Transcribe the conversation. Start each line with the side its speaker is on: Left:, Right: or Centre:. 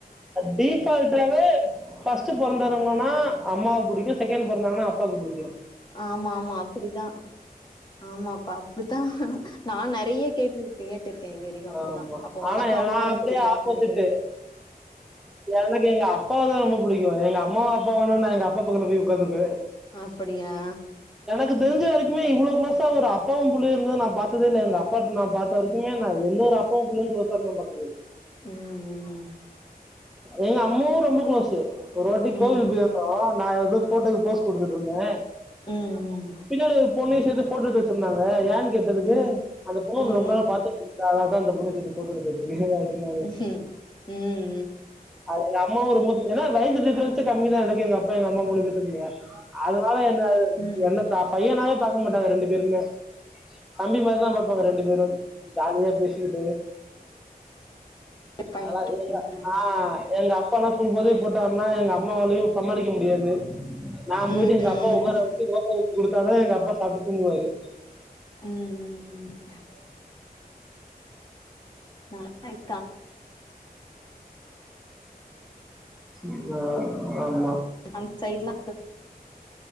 Centre: டீஃபால்டாவே ஃபஸ்ட்டு பொறந்தருங்க னா அம்மாவ புடிக்கு செகண்னு பொறந்தவங்கனா அப்பாவுக்கு புடிக்கு
Left: ஆமா ஆமா அப்படித்தா ஆமாப்பா அப்டித்தா நா நெறைய கேட்ருக் க கேட்ருக்க இது வரிக்கு அப்பிடிதா
Centre: ஆமா.
Left: அப்போ
Centre: ஆனா
Left: உனக்கோ அம்மதான
Centre: நான் அப்படியே
Left: புடிக்கு
Centre: ஆப்போசிட்டு.
Left: நெனைக்கிற
Centre: எனக்கு எங்க அப்பாவ தா ரொம்ப புடிக்கு எங்க அம்மா அப்பா வேணுன்னா எங்க அப்பா பக்கத்துல போய் உட்காந்துக்குவேன்.
Left: அப்படியா
Centre: கு தெரிஞ்ச வரைக்குமே இவ்வுளோ க்ளோஸா ஒரு அப்பாவு புள்ளையு இருந்தத நா பாத் ததே இல்ல எங்க அப்பாட்ட நா பாத்த வரிக்குமே நா எந்தவொரு அப்பா புள்ளையு க்ளோஸா இருந்து நா பாத்ததே இல்ல
Left: ம் ம்
Centre: எங்க அம்மாவு ரொம்ப க்ளோஸு ஒரு வாட்டி
Left: ம்
Centre: கோவில் போயிருந்தோ நா எதோ ஃபோட்டோக்கு போஸ் குடுத்துட்ருந்தே
Left: ம்
Centre: பின்னாடி ஒரு பொண்ணயு சேத்து ஃபோட்டா எட்த்து வெச்சிருந்தாங்க ஏ கேட்டதுக்கு
Left: ம் ம்
Centre: அந்த பொண்ணு உன்ன
Left: ம்
Centre: ரொம்ப நேர பாத்துட்ருந்தா அதனால்தா அந்த பொண்ணு ஃபோட்டோ எடுத்து வெச்சிருக்கே அப்டின்னாங்க
Left: ம் ம்
Centre: அ எங்க அம்மாவு ரொம்ப ஏன்னா வயசு டிஃபரென்ட்ஸே கம்மி தா எனக்கு எங்க அப்பா எங்க அம்மா மூணு பேர்த்துக்குமே அதனால என்ன
Left: ம் ம்
Centre: என்ன த பையனாவே பாக்க மாட்டாங்க ரெண்டு பேருமே தம்பி மாரி தா பாப்பாங்க ரெண்டு பேரும் ஜாலியா பேசிக்கிட்டு
Left: பண்ணிட்ருப்பீங்க
Centre: அத எங்க ஆ எங்கப்பால்லா ஃபுல் போதய போட்டார் னா எங்க அம்மாவாலயு சமாளிக்க முடியாது நா
Left: ம்
Centre: போய்ட்டு
Left: ம்
Centre: எங்க அப்பாவ உக்கார வெச்சு தோச ஊத்தி குடுத்தாதா எங்க அப்பா சாப்ட்டு தூங்குவாரு
Left: ம் ம் ம்
Centre: <unintelligible> <unintelligible>
Left: நல்லாருக்கு
Centre: இல்ல ஆ ஆமா
Left: அந்த சைட்லா